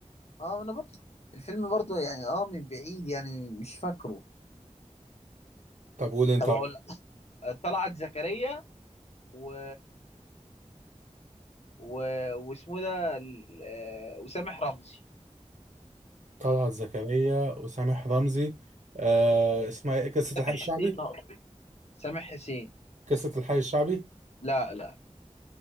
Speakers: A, on the left; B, on the right.
A: اه انا برضه الفيلم برضه يعني اه من بعيد يعني مش فاكره
B: طب قول انت
A: طب اقول لك طلعت زكريا و و واسمه ده ال- آه، وسامح رمزي
B: طلعت زكريا وسامح رمزي آه اسمها ايه قصة الحي
A: حسين
B: الشعبي
A: أقصد. سامح حسين
B: قصة الحي الشعبي
A: لا لا